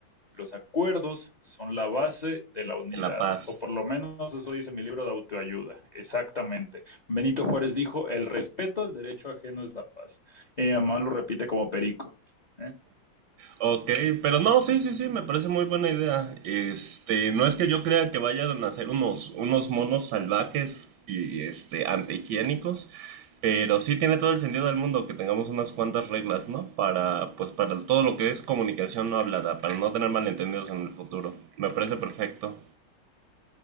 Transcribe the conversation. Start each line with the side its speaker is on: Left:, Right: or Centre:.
Left: los acuerdos son la base de la unidad,
Right: en La Paz.
Left: o por lo menos eso dice mi libro de autoayuda, exactamente. Benito Juárez dijo, el respeto al derecho ajeno es la paz. Y mi mamá lo repite como perico. ¿eh?
Right: Ok, pero no, sí, sí, sí, me parece muy buena idea. Este, no es que yo crea que vayan a ser unos, unos monos salvajes y este, antihigiénicos, pero sí tiene todo el sentido del mundo que tengamos unas cuantas reglas, ¿no? Para, pues, para todo lo que es comunicación no hablada, para no tener malentendidos en el futuro. Me parece perfecto.